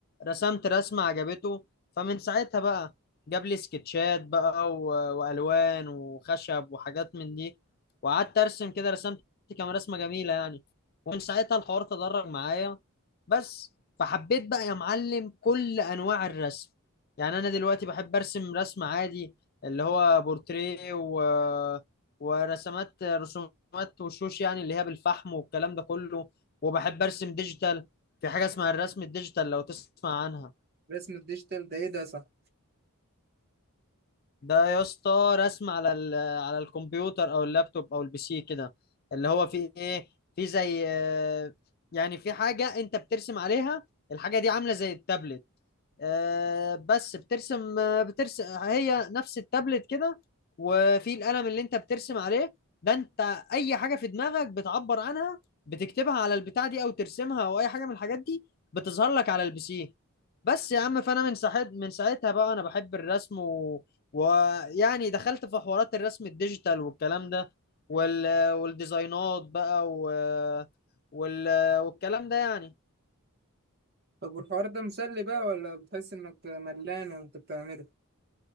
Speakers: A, on the left; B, on the right.
A: رسمت رسمة عجبته فمن ساعتها بقى جاب لي سكتشات بقى و... والوان وخشب وحاجات من دي وقعدت ارسم كده رسمت كام رسمة جميلة يعني ومن ساعتها الحوار تدرج معايا بس فحبيت بقى يا معلم كل انواع الرسم يعني انا دلوقتي بحب ارسم رسم عادي اللي هو بورتريه و... ورسمات رسومات وشوش يعني اللي هي بالفحم والكلام ده كله وبحب ارسم ديجيتال في حاجة اسمها الرسم الديجيتال لو تسمع عنها
B: رسم الديجيتال ده ايه ده صح
A: ده يا اسطى رسم على ال... على الكمبيوتر او اللابتوب او البي سي كده اللي هو في ايه في زي آه، يعني في حاجة انت بترسم عليها الحاجة دي عاملة زي التابلت آه، بس بترسم آه، بترسم هي نفس التابلت كده وفي القلم اللي انت بترسم عليه ده انت اي حاجه في دماغك بتعبر عنها بتكتبها على البتاع دي او ترسمها او اي حاجه من الحاجات دي بتظهر لك على البي سي بس يا عم فانا من ساعت من ساعتها بقى انا بحب الرسم و... ويعني دخلت في حوارات الرسم الديجيتال والكلام ده وال... والديزاينات بقى و... وال... والكلام ده يعني
B: طب والحوار ده مسلي بقى ولا بتحس انك ملان وانت بتعمله